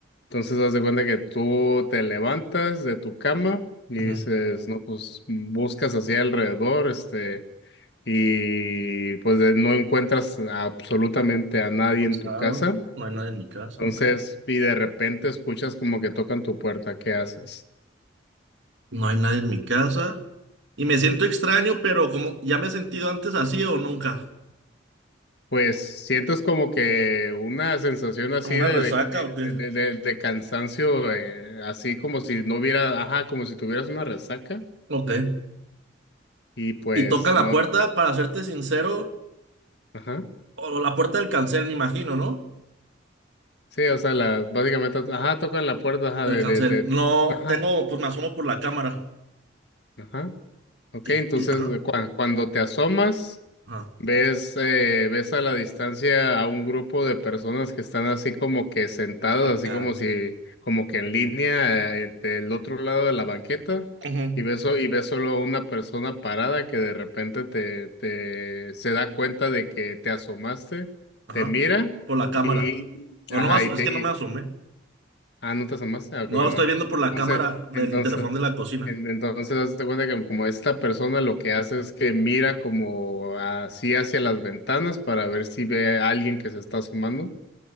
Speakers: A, on the left (about 55°); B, on the right (about 70°).
A: entonces haz de cuenta que tú te levantas de tu cama y dices,
B: Ujú.
A: no, pues buscas hacia alrededor, este, y pues de- no encuentras absolutamente a nadie
B: Cansado.
A: en tu casa.
B: No hay nadie en mi casa,
A: Entonces,
B: ok.
A: y de repente escuchas como que tocan tu puerta, ¿qué haces?
B: No hay nadie en mi casa. Y me siento extraño, pero como ya me he sentido antes así o nunca.
A: Pues sientes como que una sensación así
B: ¿Como una
A: de,
B: resaca
A: de,
B: o qué?
A: de, de- de- de cansancio, eh, así como si no hubiera, ajá, como si tuvieras una resaca
B: Ok.
A: y pues
B: Y toca la
A: no,
B: puerta, para serte sincero,
A: ajá,
B: o la puerta del cancel, me imagino, ¿no?
A: sí, o sea, la, básicamente, ajá, tocan la puerta, ajá,
B: Del
A: de,
B: cancel.
A: de, de-
B: No,
A: ajá,
B: tengo, pues me asomo por la cámara.
A: ajá, ok,
B: Tic,
A: entonces
B: y- ajá,
A: cua- cuando te asomas
B: ajá,
A: Ves, eh, ves a la distancia a un grupo de personas que están así como que sentadas,
B: Acá.
A: así como si, como que en línea, eh, del otro lado de la banqueta,
B: Ujú.
A: y ves, so- y ves solo a una persona parada que de repente te, te se da cuenta de que te asomaste,
B: ajá.
A: te mira,
B: Por la cámara.
A: y
B: O
A: ajá,
B: no me aso-
A: y te
B: es que
A: y-
B: no me asomé.
A: ah, no te asomaste, ah,
B: No,
A: qué bueno.
B: lo estoy viendo por la
A: Entonces,
B: cámara del
A: entonces,
B: interfón de la cocina.
A: en- Entonces, hazte cuenta que como esta persona lo que hace es que mira como así hacia las ventanas para ver si ve a alguien que se está asomando,